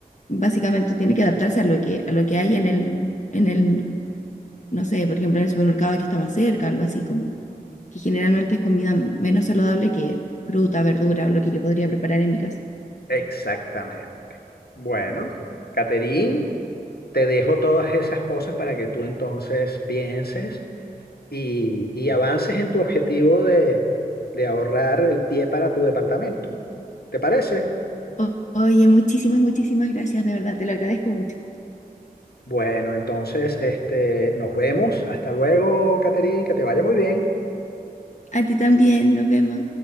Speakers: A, on the left; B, on the left.
A: básicamente tiene que adaptarse a lo que, a lo que hay en el, en el, no sé, por ejemplo, en el supermercado que está más cerca, algo así, como que generalmente es comida menos saludable que fruta, verdura o lo que yo podría preparar en mi casa.
B: Exactamente. Bueno, Caterín, te dejo todas esas cosas para que tú entonces pienses y, y avances en tu objetivo de, de ahorrar el pie para tu departamento. ¿Te parece?
A: O- oye, muchísimas, muchísimas gracias, de verdad, te lo agradezco mucho.
B: Bueno, entonces, este, nos vemos. Hasta luego, Caterín, que te vaya muy bien.
A: A ti también, nos vemos.